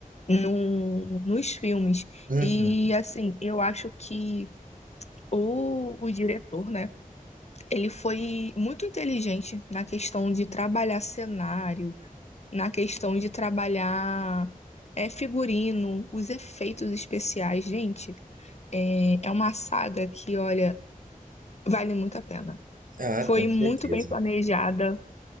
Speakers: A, on the left (about 50°); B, on the right (about 70°).
A: no, nos filmes.
B: Uhum.
A: E assim, eu acho que O, o diretor, né? Ele foi muito inteligente na questão de trabalhar cenário, na questão de trabalhar é, figurino, os efeitos especiais. Gente, é, é uma saga que, olha, vale muito a pena.
B: Ah,
A: Foi
B: com
A: muito
B: certeza.
A: bem planejada,